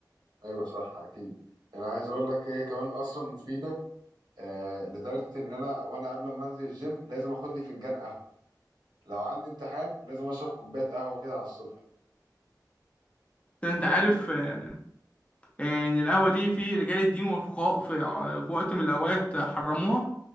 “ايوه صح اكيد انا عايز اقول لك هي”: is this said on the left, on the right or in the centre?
Right